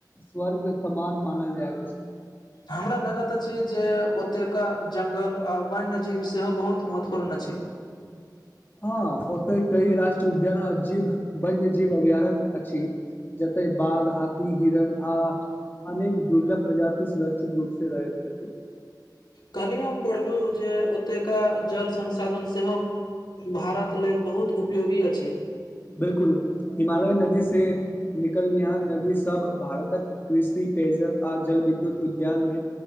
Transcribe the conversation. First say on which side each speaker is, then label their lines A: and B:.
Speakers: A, on the left; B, on the left.
A: स्वर्ग समान मानल जाइत अछि।
B: हमरा लगैत अछि जे ओतुका जङ्गल आ वन्यजीव सेहो बहुत महत्वपूर्ण अछि। <inaudible>
A: हँ ओतई कई राष्ट्रीय उद्यान आ जीव वन्यजीव अभयारण्य अछि। जतेय बाघ, हाथी, हिरण आ अनेक दुर्लभ प्रजाति सुरक्षित रूप से रहैत छथि।
B: कल्हि हम पढ़लऊं जे ओतुका जल संसाधन सेहो भारत लेल बहुत उपयोगी अछि।
A: बिलकुल हिमालय नदी से निकलनिहार नदी सब भारतक कृषि पेयजल आ जल विद्युत उद्यान मे